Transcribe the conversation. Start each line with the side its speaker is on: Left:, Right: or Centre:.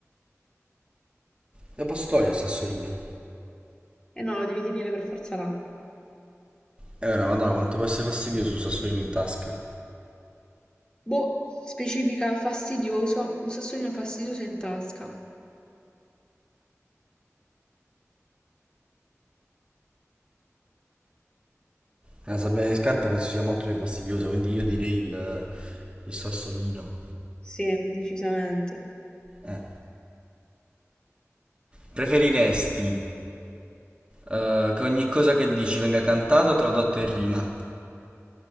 Right: Lo posso togliere il sassolino?
Left: Eh no, lo devi tenere per forza là.
Right: Eh ora, madonna, quanto può essere fastidioso un sassolino in tasca.
Left: Boh, specifica fastidioso, un sassolino fastidioso in tasca.
Right: Una sabbia nelle scarpe penso sia molto più fastidiosa, quindi io direi il, il sassolino.
Left: Sì, decisamente.
Right: Eh. Preferiresti eh, che ogni cosa che dici venga cantata o tradotta in rima?